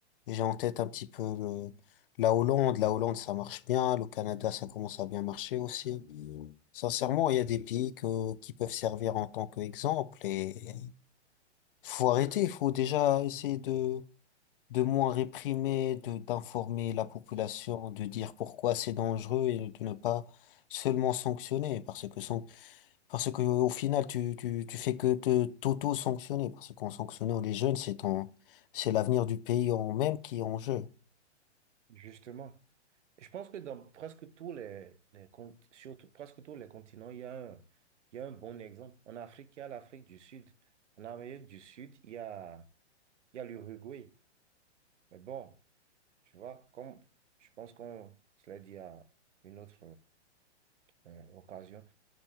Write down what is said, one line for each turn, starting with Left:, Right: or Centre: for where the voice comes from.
Left: j'ai en tête un petit peu le- la Hollande, la Hollande, ça marche bien, le Canada, ça commence à bien marcher aussi. Sincèrement, il y a des pays que, qui peuvent servir en tant qu'exemple et faut arrêter, il faut déjà essayer de de moins réprimer, de d'informer la population, de dire pourquoi c'est dangereux et de ne pas seulement sanctionner parce que san- parce que au final tu tu tu fais que te t'auto-sanctionner parce qu'en sanctionnant les jeunes c'est ton c'est l'avenir du pays en même qui est en jeu.
Right: Justement. Je pense que dans presque tous les, les cont- sur tout- presque tous les continents, il y a un, il y a un bon exemple. En Afrique, il y a l'Afrique du Sud. En Amérique du Sud, il y a, il y a l'Uruguay. Mais bon, tu vois, comme je pense qu'on se l'a dit à une autre euh, occasion,